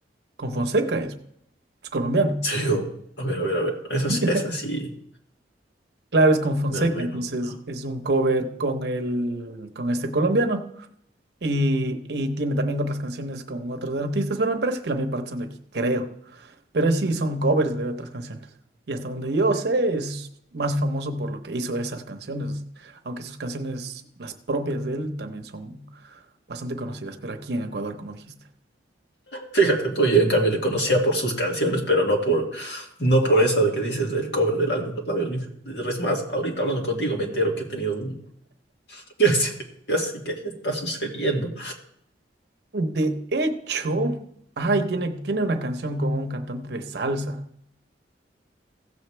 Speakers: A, on the right (about 65°); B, on the left (about 70°).
A: con Fonseca, es es colombiano.
B: Sí, o- a ver, a ver, a ver. Es así,
A: <laughs>
B: es así.
A: Claro, es con Fonseca,
B: Al menos,
A: entonces
B: ¿no?
A: es un cover con el, con este colombiano. Y, y tiene también otras canciones con otros artistas, pero me parece que la mayor parte son de aquí, creo. Pero sí, son covers de otras canciones. Y hasta donde yo sé, es más famoso por lo que hizo esas canciones. Aunque sus canciones, las propias de él, también son bastante conocidas, pero aquí en Ecuador, como dijiste.
B: Fíjate tú, yo en cambio le conocía por sus canciones, pero no por, no por esa de que dices del cover del álbum Los Labios. mija. Es más, ahorita hablando contigo me entero que he tenido un... <laughs> que Así que así que está sucediendo.
A: De hecho, ay, tiene, tiene una canción con un cantante de salsa.